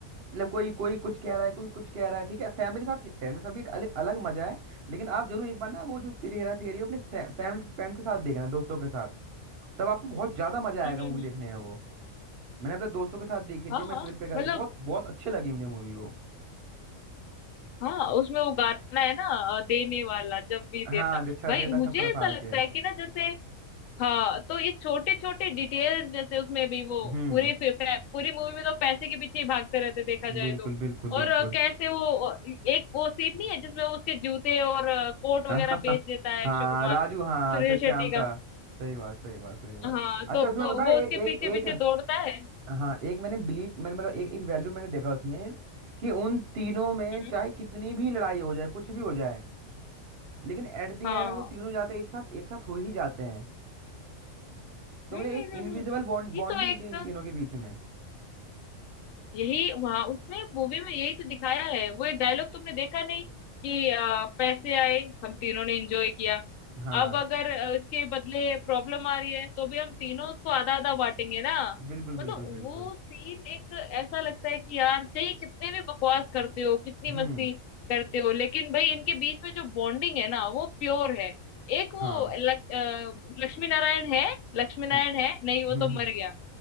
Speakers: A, on the right (about 55°); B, on the left (about 75°).
A: मतलब कोई कोई कुछ कह रहा है कोई कुछ कह रहा है ठीक है फैमिली के साथ फैमिली के साथ भी एक अलग अलग मजा है लेकिन आप जरूर एक बार ना वो जो फिर हेरा फेरी है, अपने फैमिली फ्रेंड्स के साथ देखना दोस्तों के साथ तब आपको बहुत ज्यादा मजा
B: हम्म
A: आएगा
B: हम्म,
A: मूवी
B: हम्म,
A: देखने
B: हम्म,
A: में वो मैंने अपने दोस्तों के साथ देखी
B: हाँ
A: थी मैं
B: हाँ
A: ट्रिप पे गया
B: मतलब
A: था। बहुत बहुत अच्छी लगी मुझे मूवी वो
B: हाँ उसमें वो गाना है ना अ, देने वाला जब भी देता
A: हाँ अच्छा
B: भाई
A: देता
B: मुझे
A: छप्पड़
B: ऐसा
A: फाड़
B: लगता
A: के
B: है कि ना जैसे हाँ तो ये छोटे छोटे डिटेल्स जैसे उसमें भी वो
A: हम्म
B: पूरे फि- फै- पूरी मूवी में तो पैसे के पीछे ही भागते रहते देखा जाए
A: बिल्कुल
B: तो
A: बिल्कुल
B: और
A: बिल्कुल
B: अ, कैसे वो अ, एक वो सीन नहीं है जिसमें वो उसके जूते और कोट
A: <laughs>
B: वगैरह
A: हाँ
B: बेच देता है
A: हाँ
B: अक्षय कुमार
A: राजू हाँ
B: सुनील
A: अच्छा श्याम
B: शेट्टी
A: का
B: का
A: सही बात सही बात सही बात
B: हाँ तो
A: अच्छा
B: तो
A: उसमें पता
B: वो
A: है
B: उसके
A: एक
B: पीछे
A: एक
B: पीछे
A: एक
B: दौड़ता है
A: हाँ एक मैंने बिलीव मैंने मतलब एक एक वैल्यू मैंने देखा उसमें कि उन तीनों में
B: हम्म,
A: चाहे कितनी भी लड़ाई हो जाए कुछ भी हो जाए लेकिन एट द एंड
B: हाँ
A: वो तीनों जाकर एक साथ एक साथ हो ही जाते हैं तो
B: हम्म
A: मेरे
B: हम्म
A: एक
B: हम्म,
A: इनविजिबल
B: हम्म।
A: बॉन्ड
B: ये
A: बॉन्डिंग
B: तो एक
A: थी इन तीनों के बीच में
B: यही वहां उसमें मूवी में यही तो दिखाया है वो एक डायलॉग तुमने देखा नहीं कि अ, पैसे आए हम तीनों ने एंजॉय किया
A: हाँ
B: अब अगर अ, उसके बदले प्रॉब्लम आ रही है तो भी हम तीनों उसको आधा आधा बांटेंगे ना
A: बिल्कुल बिल्कुल
B: मतलब
A: बिल्कुल
B: वो सीन एक ऐसा लगता है कि यार चाहिए कितने भी बकवास करते हो कितनी
A: हम्म
B: मस्ती करते हो लेकिन भाई इनके बीच में जो बॉन्डिंग है ना वो प्योर है एक वो
A: हाँ
B: लक- अ, लक्ष्मी नारायण है लक्ष्मी नारायण
A: हम्म
B: है नहीं वो
A: हम्म
B: तो
A: हम्म,
B: मर गया